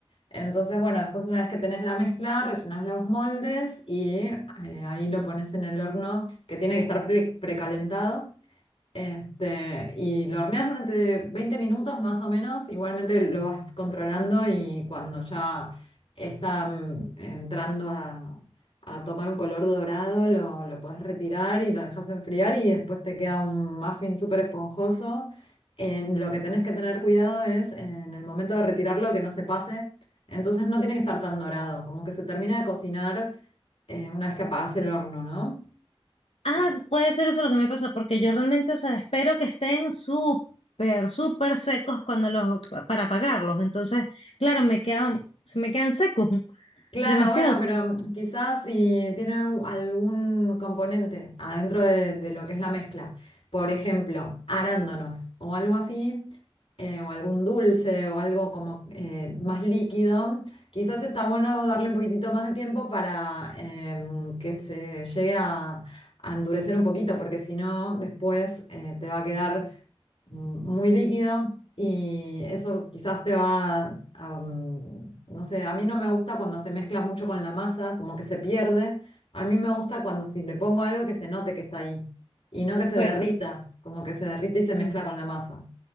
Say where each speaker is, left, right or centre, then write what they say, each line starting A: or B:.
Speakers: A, on the left; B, on the left.
A: Entonces, bueno, después una vez que tenés la mezcla, rellenás los moldes y eh, ahí lo pones en el horno que tiene que estar pre- precalentado este, y lo horneas durante 20 minutos más o menos, igualmente lo vas controlando y cuando ya está mm, entrando a, a tomar un color dorado, lo, lo puedes retirar y lo dejas enfriar y después te queda un muffin súper esponjoso. En lo que tenés que tener cuidado es en el momento de retirarlo que no se pase, entonces no tiene que estar tan dorado, como que se termina de cocinar eh, una vez que apagás el horno, ¿no?
B: Ah, puede ser eso lo que me pasa, porque yo realmente, o sea, espero que estén súper, súper secos cuando los, pa- para pagarlos. Entonces, claro, me quedan, se me quedan secos, <laughs>
A: Claro,
B: demasiado
A: bueno,
B: secos.
A: pero quizás si tiene algún componente adentro de, de lo que es la mezcla, por ejemplo, arándanos o algo así, eh, o algún dulce o algo como eh, más líquido, quizás está bueno darle un poquitito más de tiempo para em, que se llegue a, a endurecer un poquito, porque si no, después eh, te va a quedar muy líquido y eso quizás te va a, mm, no sé, a mí no me gusta cuando se mezcla mucho con la masa, como que se pierde. A mí me gusta cuando si le pongo algo que se note que está ahí y no que se
B: Pues
A: derrita,
B: sí.
A: como que se derrite
B: sí.
A: y se mezcla con la masa.